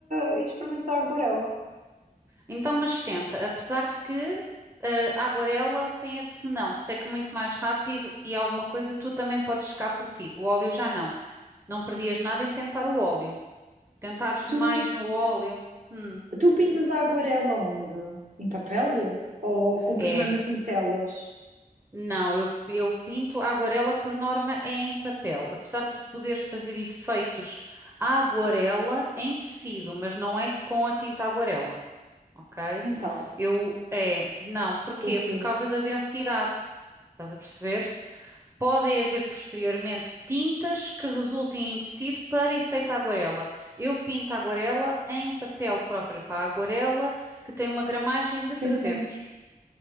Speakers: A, on the right; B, on the right.
A: a experimentar a aguarela.
B: Então, mas tenta, apesar de que eh, a aguarela tem esse não, seca muito mais rápido e alguma coisa tu também podes secar por ti. O óleo já não. Não perdias nada em tentar o óleo. Tentares
A: Tu,
B: mais no óleo. hum,
A: tu pintas a aquarela onde? Em papel? Ou compras
B: é.
A: mesmo assim telas?
B: Não, eu, eu pinto a aguarela por norma é em papel. Apesar de tu poderes fazer efeitos à aguarela em tecido, mas não é com a tinta aguarela, ok?
A: Então,
B: Eu, é, não, porquê?
A: com o quê?
B: Por causa da densidade. Estás a perceber? Podem haver posteriormente tintas que resultem em tecido para efeito aguarela. Eu pinto a aguarela em papel próprio para a aguarela, que tem uma gramagem de
A: Sim,
B: 300.
A: sim.